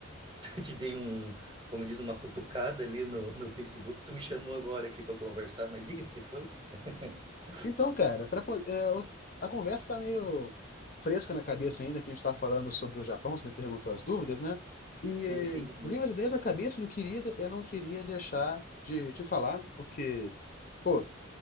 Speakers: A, on the right (about 25°); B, on the left (about 40°).
A: <laughs> te dei um, como diz, uma cutucada ali no, no Facebook. Tu me chamou agora aqui para conversar, mas diga o que foi. <laughs>
B: Então, cara, pra, po- é, eu- a conversa tá meio fresca na cabeça ainda, que a gente tá falando sobre o Japão, você me perguntou as dúvidas, né? E
A: Sim, sim, sim.
B: vim umas ideias na cabeça, não queria, eu não queria deixar de te falar, porque, pô,